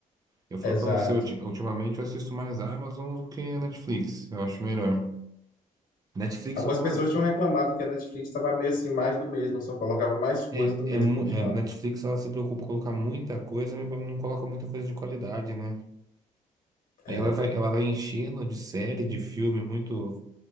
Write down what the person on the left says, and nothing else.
exato.
Algumas
pessoas
tinham reclamado que a Netflix estava meio assim, mais do mesmo, só colocava mais coisa
do mesmo
que
tinha
lá.
É.